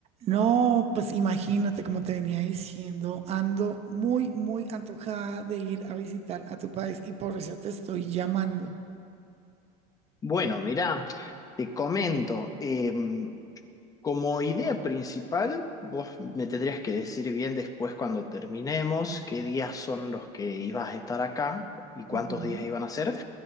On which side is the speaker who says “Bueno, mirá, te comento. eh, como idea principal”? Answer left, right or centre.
Left